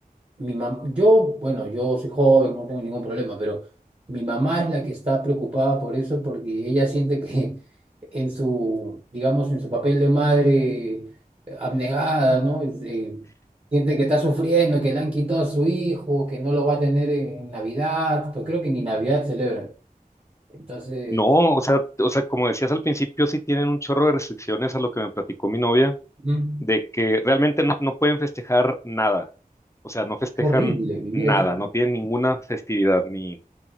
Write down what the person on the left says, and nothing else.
No, o sea, o sea, como decías al principio, sí tienen un chorro de restricciones a lo que me platicó mi novia,
de que realmente no, no pueden festejar nada. O sea, no festejan
nada,
no tienen ninguna festividad, ni,